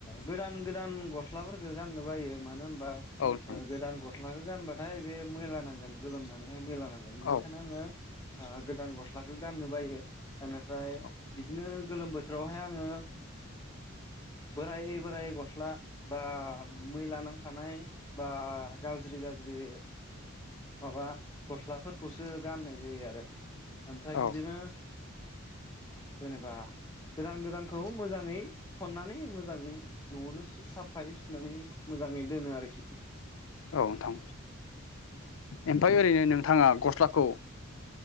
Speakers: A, on the left; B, on the left.
A: गोदान गोदान गस्लाफोरखौ गाननो बायो मानो होन ओ
B: औ नोंथां
A: गोदान गस्लाखौ गानबा बे मैला नांगोन गोलोमनानै मैला नांगोन बेनिखायनो
B: औ
A: आङो गोदान गस्लाखौ गाननो बायो बेनिफ्राय
B: औ
A: बिदिनो गोलोम बोथोरावहाय आङो बोराय बोराय गस्ला बा मैला नांखानाय बा गाज्रि गाज्रि माबा गस्लाफोरखौसो गाननाय जायो आरो ओमफ्राय
B: औ
A: बिदिनो जेनेबा गोदान गोदानखौ मोजाङै थननानै मोजाङै न'आवनो साफायै सुनानै मोजाङै दोनो आरोखि
B: औ नोंथां
A: औ
B: ओमफाय ओरैनो नोंथाङा गस्लाखौ